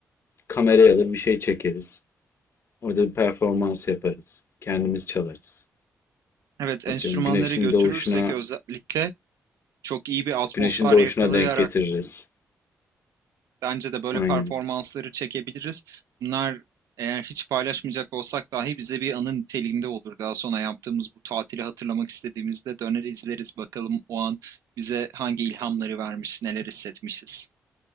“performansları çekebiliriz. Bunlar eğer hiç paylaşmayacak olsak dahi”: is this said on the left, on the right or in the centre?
Right